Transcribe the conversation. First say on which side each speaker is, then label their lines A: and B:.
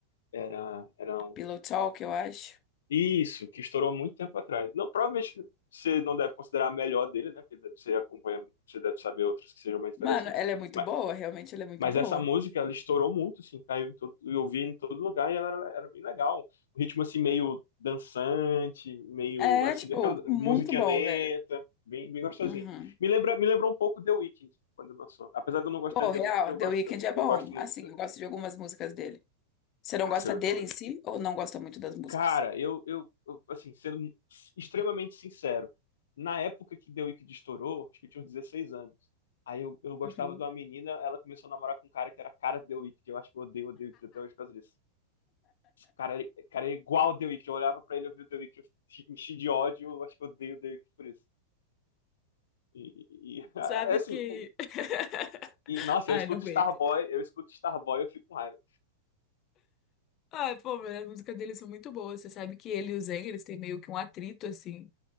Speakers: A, on the left; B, on the left.
A: Era, era um
B: Pillow Talk, eu acho.
A: Isso, que estourou muito tempo atrás. Não, provavelmente você não deve considerar a melhor dele, né? Porque você acompanha, você deve saber outras que sejam mais interessantes.
B: Mano, ela é muito
A: Mas,
B: boa, realmente ela é muito
A: mas
B: boa.
A: essa música, ela estourou muito, assim, caiu em todo, eu vi em todo lugar e ela era, era bem legal. O ritmo, assim, meio dançante, meio,
B: É,
A: assim,
B: tipo,
A: daquela
B: muito
A: musiquinha
B: bom,
A: lenta,
B: velho.
A: bem, bem gostosinha.
B: Uhum.
A: Me lembra, me lembrou um pouco The Weeknd, quando lançou. Apesar de eu não gostar
B: Pô,
A: de
B: real,
A: The Weeknd, eu
B: The
A: gosto,
B: Weeknd é bom.
A: eu, gosto muito.
B: Assim,
A: da-
B: eu gosto de algumas músicas dele. Você não
A: Nossa,
B: gosta
A: eu
B: dele
A: tenho,
B: em si ou não gosta muito das músicas?
A: Cara, eu, eu, eu, assim, sendo extremamente sincero, na época que The Wicked estourou, acho que eu tinha uns 16 anos. Aí eu, eu gostava
B: Uhum.
A: de uma menina, ela começou a namorar com um cara que era a cara de The Wicked. Eu acho que eu odeio o The Wicked até hoje por causa disso. O cara, era- o cara é igual ao The Wicked. Eu olhava pra ele, eu vi o The Wicked, eu enchi de ódio. Eu acho que eu odeio o The Wicked por isso. E, e- e- <laughs>
B: Sabe
A: é assim,
B: que.
A: e,
B: <laughs>
A: e, nossa,
B: Ai,
A: eu escuto
B: não aguento.
A: Starboy, eu escuto Starboy, eu fico com raiva.
B: Ai, pô, mas as músicas deles são muito boas. Você sabe que ele e o Zayn, eles têm meio que um atrito, assim,